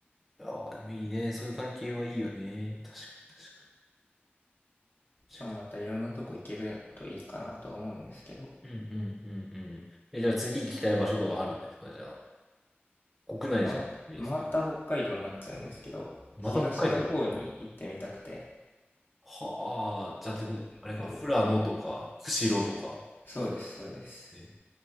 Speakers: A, in the centre; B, on the left (about 55°).
A: ああ、でもいいね。そういう関係はいいよね。確かに、確かに。確かに
B: まあ、またいろんなとこ行けるといいかなとは思うんですけどこ
A: うんうんうんうん。え、じゃあ次行きたい場所とかあるんですかじゃあ。国内じゃなくてもいいですけど。
B: れままた北海道になっちゃうんですけど東の方に行ってみたくて
A: また北海道はあ、じゃあってこと、あれか、
B: もう
A: 富良野とか、釧路とか。
B: そうですそうです
A: ね